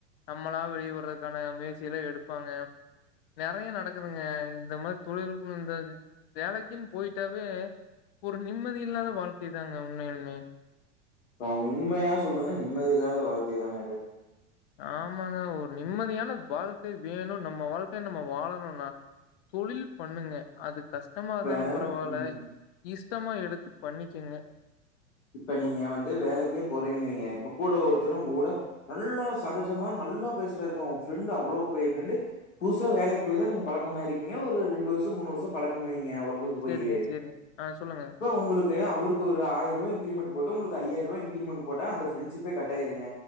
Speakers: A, on the left (about 50°); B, on the left (about 70°).
A: நம்மளா வெளியே வர்றதுக்கான முயற்சிகள எடுப்பாங்க நெறைய நடக்குதுங்க இந்த மாரி தொழிலுக்குன்னு வந்தாவே வேலைக்குன்னு போயிட்டாவே ஒரு நிம்மதி இல்லாத வாழ்க்கை தாங்க உண்மையாலுமே.
B: நா உண்மையா சொல்றேங்க நிம்மதி இல்லாத வாழ்க்கை தாங்க அது.
A: ஆமாங்க ஒரு நிம்மதியான வாழ்க்கை வேணும் நம்ம வாழ்க்கைய நம்ம வாழணும்னா தொழில் பண்ணுங்க அது கஷ்ட் கஷ்டமா
B: இப்ப
A: இருந்தாலும் பரவாயில்ல
B: ம்
A: இஸி சுத்தமா எடுத்து பண்ணிக்கங்க.
B: இப்ப நீங்க வந்து வேலைக்கே போறிங்கன்னுவைங்க இப்ப கூட ஒருத்தரும் உங்க கூட நல்லா சகஜமா நல்லா பேசுறாருங்க உங்க ஃப்ரெண்டு் அவ்ளோ பெரிய ஃப்ரெண்டு புதுசா வேலைக்கு போய் தா நீங்க பழக்கமாயிருக்கீங்க ஒரு ரெண்டு வருஷம் மூணு வருஷம் பழக்கன்னுவைங்க. ஊருக்கு போயி
A: சரிங்க, சரிங்க. ஆ சொல்லுங்க.
B: கா உங்களுக்கு அவருக்கு ஒரு ஆயிர ரூபாய் இன்கிரிமெண்ட்டு போட்டு உங்களுக்கு ஐயாயிர ரூபா இ்ன்கிரிமென்ட் போட்ட அந்த ஃப்ரென்ஷிப்பே கட்டாயிருங்க.